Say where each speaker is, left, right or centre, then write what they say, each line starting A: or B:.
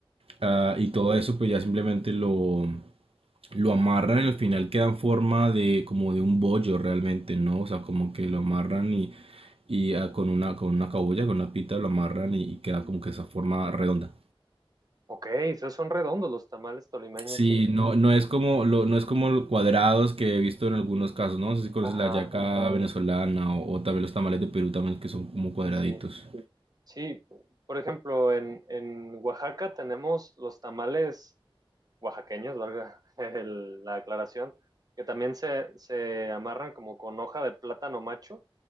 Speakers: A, on the right; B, on the right.
A: ok.
B: Ah, y todo eso pues ya simplemente lo, lo amarran y al final queda en forma de como de un bollo realmente, ¿no? O sea, como que lo amarran y, y ah, con una, con una cabulla, con una pita lo amarran y, y queda como que esa forma redonda.
A: Ok, esos son redondos los tamales tolimeños.
B: Sí, no, no es como lo, no es como los cuadrados que he visto en algunos casos, ¿no? No sé si conoces
A: Ajá,
B: la yaca venezolana o, o también los tamales de Perú también que son como cuadraditos.
A: sí, sí. Por ejemplo, en, en Oaxaca tenemos los tamales oaxaqueños, valga <laughs> el- la aclaración, que también se, se amarran como con hoja de plátano macho,